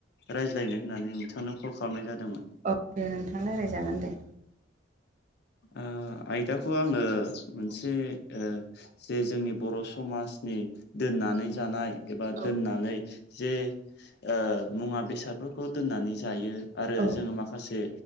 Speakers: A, on the left; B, on the right.
A: रायज्लायनो होननानै नोंथांनो कल खालामनाय जादोंमोन।
B: औ दे नोंथां रायलाय जागोन दे।
A: ओ आयदाखौ आङो मोनसे ओ जे जोंनि बर' समाजनि दोननानै जानाय एबा
B: औ
A: दोननानै जे ओ मुवा बेसादफोरखौ दोननानै जायो। आरो
B: औ
A: जोङो माखासे